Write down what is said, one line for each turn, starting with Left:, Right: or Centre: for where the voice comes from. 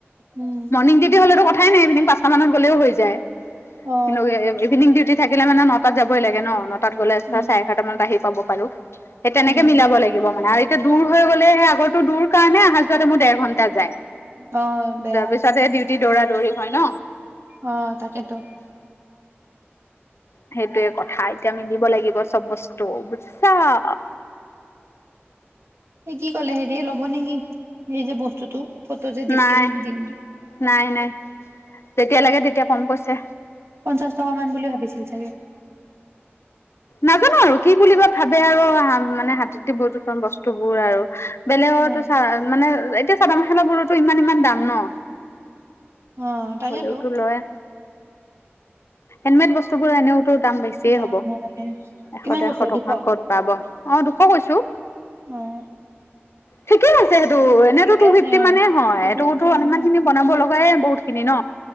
Right: উম,
Left: মৰ্ণি ডিউটি হলেতো কথাই নাই ইভিনিং পাঁচটা মানত গ'লেও হৈ যায়। যায়।
Right: অ',
Left: <unintelligible> ইিভিনিং ডিউটি থাকিলে মানে নটাত যাবই লাগে ন, নটা নটাত, গ'লে
Right: উম,
Left: চাৰে এাৰটা মান আহি পাব পাৰোঁ। সেই তেনেকে
Right: উম,
Left: মিলাব লাগিব মানে আৰু এতিয়া দূৰ হৈ গ'লে সেই আগৰো দূৰ কাৰণে আহা যোৱাতে মোৰ দেৰ ঘন্টা যায়
Right: অ', বেয়া
Left: তাৰ
Right: হৈ
Left: পিছত
Right: যায়।
Left: সে ডিউটি দৌৰা <unintelligible> হয় ন!
Right: অ', তাকেতো
Left: সেইটোয়ে কথা এতিয়া আমি দিব লাগিব চব বস্তু বুজ <inaudible>
Right: এই কি কলে হেৰিয়ে ল'ব নেকি? এই যে বস্তুটো? ফটো যে দিছিল
Left: নাই,
Right: দিম
Left: নাই-নাই। যেতিয়া লাগে তেতিয়া ক'ম কৈছে।
Right: পঞ্চাছ টকা মান বুলি ভাবিছিল চাগে।
Left: নাজানো আৰু কি বুলি বা ভাবে আৰু মানে হাত দ-বতো চ-বস্তু বোৰ আৰু বেলেগো
Right: অ'।
Left: চ, মানে এতিয়া চাদৰ মেখালা বোৰতো ইমান ইমান দাম ন।
Right: অ, তাকেতো।
Left: হ'লেওতো লয়। হেণ্ডমেড বস্তুবোৰ এনেওতো দাম বেছিয়ে
Right: দাম
Left: হ'ব,
Right: হয়
Left: এশ
Right: কিমান
Left: ডেৰশ
Right: কৈছে
Left: টকা
Right: দুশ
Left: ক'ত পাব। অ', দুশ কৈছো।
Right: অ'
Left: ঠিকে আছে সেইটো এনেতো
Right: ঠিকে
Left: টু-ফিফটি
Right: আছে অ
Left: মানে হয়
Right: টু
Left: এইটোতো
Right: ফিফটি
Left: অলমান
Right: মানে
Left: খিনি বনাব লগাই বহুত ন